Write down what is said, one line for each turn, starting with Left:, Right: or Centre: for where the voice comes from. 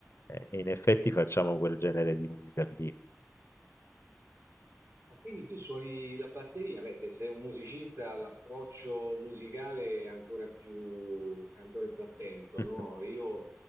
Left: e in effetti facciamo quel genere di musica lì.
Right: Ah, Quindi tu suoni la batteria, beh, se sei un musicista l'approccio musicale è ancora più, è ancora più attento,
Left: <laughs>
Right: no? Io,